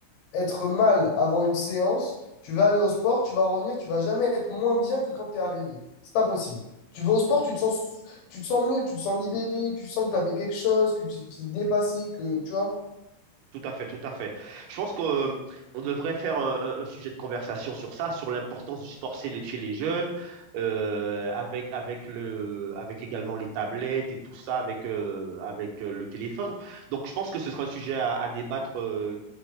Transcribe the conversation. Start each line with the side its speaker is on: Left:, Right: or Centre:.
Left: être mal avant une séance. Tu vas aller au sport, tu vas revenir, tu vas jamais être moins bien que quand tu es arrivé. C'est pas possible. Tu vas au sport, tu te sens, tu te sens mieux, tu te sens libéré, tu sens que tu as fait quelque chose, que tu tu t'es dépassé, que tu vois,
Right: Tout à fait, tout à fait. Je pense qu'on devrait faire un, un- un sujet de conversation sur ça, sur l'importance du sport chez les, chez les jeunes, euh, avec, avec le, avec également les tablettes et tout ça, avec, euh, avec euh, le téléphone. Donc, je pense que ce sera un sujet à, à débattre, euh,